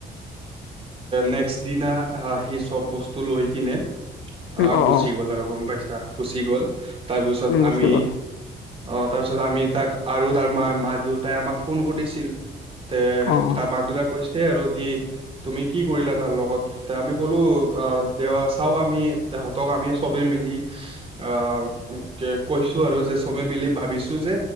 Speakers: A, on the right; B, on the left.
A: নেক্স দিনা আহ, সি চব বস্তু লৈ কিনে
B: উম,
A: আহ
B: অ
A: গুচি
B: অ
A: গ'ল আৰু গম পাইছা, গুচি গ'ল তাৰপিছত
B: উম, গুচি
A: আমি
B: গ'ল
A: অ', তাৰপিছত আমি, তাক আৰু তাৰ মা, মা দেউতাই আমাক ফোন কৰিছিল। তে,
B: অ অ
A: তাৰ মাক দেউতাক কৈছে আৰু, কি তুমি কি কৰিলা তাৰ লগত। ত' আমি ক'লো অ', দে চাওঁক আমি তাহঁতক আমি চবেই মিলি আহ কৈছো আৰু যে, চবে মিলি ভাবিছোঁ যে